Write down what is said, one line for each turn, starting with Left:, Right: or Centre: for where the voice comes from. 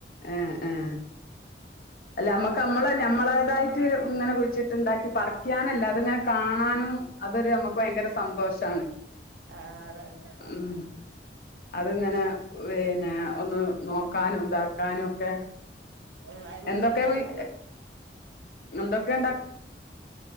Left: ആഹ് ആഹ് അല്ല നമ്മക്ക് നമ്മള് നഞമ്മളേതായിട്ട് ഇങ്ങനെ കുയിച്ചിട്ട്ണ്ടാക്കി പറിക്കാനല്ല അത് ങ്ങനെ കാണാനും അതൊരു നമ്മുക്ക് ഭയങ്കര സന്തോഷാണ്
Right: ആഹ് അതാണ്
Left: ഉം അത്ങ്ങനെ പിന്നെ ഒന്ന് നോക്കാനും ഇതാക്കാനും ഒക്കെ
Right: ഉം അയിമെന്ന്
Left: എന്തൊക്കെ
Right: പറിച്ച്
Left: കുഴി എന്തൊക്കെ ഇണ്ടാ